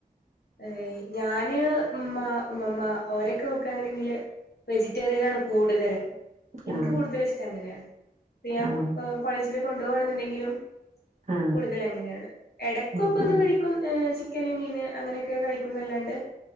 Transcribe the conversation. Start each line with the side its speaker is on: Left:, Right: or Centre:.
Left: ഏഹ് ഞാന് ഉമ്മ ഉമ്മമ്മ ഓരൊക്കെ നോക്കാണണ്ടെങ്കില് വെജിറ്റേറിയൻ ആണ് കൂടുതല് ഇൻക്ക്
Right: ആ
Left: കൂടുതൽ ഇഷ്ടം അങ്ങനെയാണ് അപ്പ ഞാൻ
Right: ആണോ
Left: ഹാ കോളേജില് കൊണ്ടോവാണെന്ന്ണ്ടെങ്കിലും
Right: ആ
Left: കൂടുതൽ അങ്ങനെയാണ് എടക്കൊപ്പൊന്ന്
Right: ഉം ഉം
Left: കഴിക്കും ഹ് ചിക്കന്, മീൻ അങ്ങനെക്കെ കഴിക്കുന്നല്ലാണ്ട്